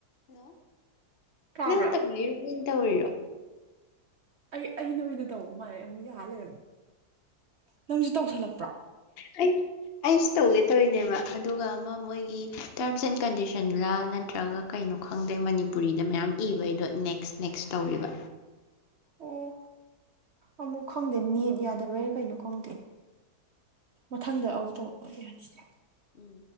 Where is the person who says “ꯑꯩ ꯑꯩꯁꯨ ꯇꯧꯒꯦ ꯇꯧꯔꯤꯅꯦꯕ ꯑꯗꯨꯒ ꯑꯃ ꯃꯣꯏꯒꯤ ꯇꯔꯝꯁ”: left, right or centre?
Left